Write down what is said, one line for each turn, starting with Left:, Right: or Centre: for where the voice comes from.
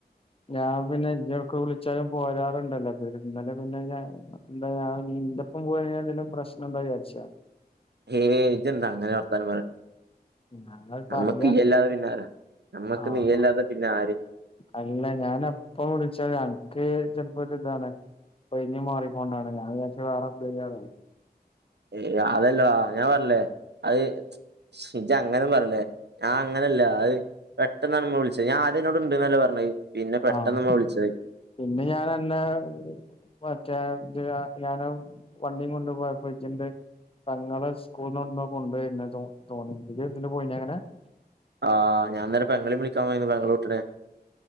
Left: ഞാൻ പിന്നെ ഇജെട്ക്ക് വിളിച്ചാലും പോരാറുണ്ടല്ലോ ഇന്നലെ പിന്നെ <unintelligible> ഇന്റപ്പം പോയിക്കാണ്ട് <unintelligible> പ്രശ്നണ്ട വിചാരിച്ചു ഞാ
Right: ഹേയ് ഇജെന്താ അങ്ങനെ വർത്താനം പറിന്
Left: ഞാനത്
Right: നമ്മക്ക്യ്യല്ലാതെ
Left: പറയാ
Right: പിന്നെ ആരാ? നമ്മക്ക്
Left: ആഹ്
Right: നീല്ലാതെ പിന്നെ ആര്?
Left: അല്ല ഞന് യപ്പ വിളിച്ചല് അൻക്ക് ചല്പ്പോ ഒരു ഇതാണ്. ഒഴിഞ് മാറിക്കൊണ്ടാണ്. ഞാൻ വിചാരിച്ചു വേറെ എന്തേലും ആണ്.
Right: ഏ അതല്ലടാ ഞാൻ പറഞ്ഞില്ലേ അയ് ഇജ അങ്ങനും പറല്ലേ? ഞാൻ അങ്ങനെല്ല അത് പെട്ടെന്നാണ് മ്മ വിളിച്ചത്. ഞാൻ ആദ്യന്നോട് ഇണ്ട്ന്നല്ലേ പറഞ്ഞത്. പിന്നെ പെട്ടെന്ന്
Left: ആഹ്
Right: മ്മ വിളിച്ചത്.
Left: പിന്നെ ഞാനന്നേ മറ്റേ ത് ഞാന് വണ്ടി കൊണ്ട് പോയപ്പോ ഇജ്ണ്ട് പെങ്ങളെ സ്കൂള്ന്ന്ട്ന്നോ കൊണ്ട് യ്ര്ണതും തോന്നി. ഇജ്ട് ന്നലെ പോയിനോ യങ്ങനെ?
Right: ആഹാ ഞാൻന്നലെ പെങ്ങളീം വിളിക്കാൻപോയിന്നു. പെങ്ങളുട്ടിടെ